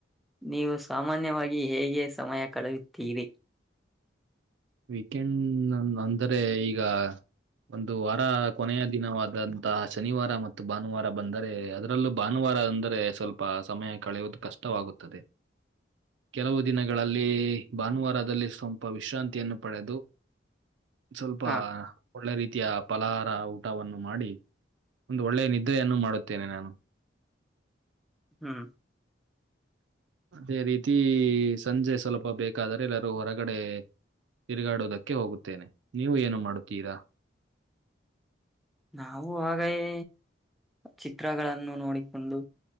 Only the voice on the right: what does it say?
ವೀಕೆಂಡ್ ಅಂದರೆ ಈಗ ಒಂದು ವಾರ ಕೊನೆಯ ದಿನವಾದಂತಹ ಶನಿವಾರ ಮತ್ತು ಭಾನುವಾರ ಬಂದರೆ ಅದರಲ್ಲೂ ಭಾನುವಾರ ರ ಅಂದ್ರೆ ಸ್ವಲ್ಪ ಸಮಯ ಕಳೆಯುವುದು ಕಷ್ಟವಾಗುತ್ತದೆ ಕೆಲವು ದಿನಗಳಲ್ಲಿ ಭಾನುವಾರದಲ್ಲಿ ಸ್ವಲ್ಪ ವಿಶ್ರಾಂತಿ ತಿನುಪಲೆದು ಸ್ವಲ್ಪ
ಒಳ್ಳೆ ರೀತಿ. ಯಾ ಪಲಹಾರ ಊಟವನ್ನು ಮಾಡಿ ಒಂದು ಒಳ್ಳೆಯ ನಿದ್ರೆಯನ್ನು ಮಾಡುತ್ತೇನೆ ನಾನು.
ಅದೇ ರೀತಿ ಸಂಜೆ ಸ್ವಲ್ಪ ಬೇಕಾದ್ರೆ ಎಲ್ಲರೂ ಹೊರಗಡೆ. ತಿರುಗಾಡೋದಕ್ಕೆ ಹೋಗುತ್ತೇನೆ ನೀವು ಏನು ಮಾಡುತ್ತೀರಾ.